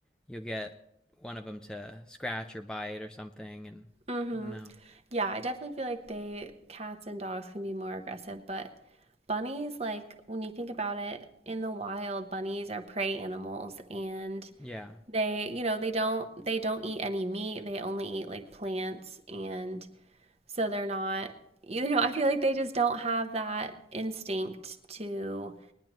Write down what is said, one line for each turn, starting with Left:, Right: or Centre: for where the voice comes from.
Centre: you'll get one of them to scratch or bite or something, and
Right: mm-hmm
Centre: I don't know.
Right: Yeah, I definitely feel like they cats and dogs can be more aggressive, but bunnies like when you think about it, in the wild, bunnies are prey animals and
Centre: Yeah,
Right: they, you know, they don't they don't eat any meat. They only eat like plants and so they're not you know, <laughs> I feel like they just don't have that instinct to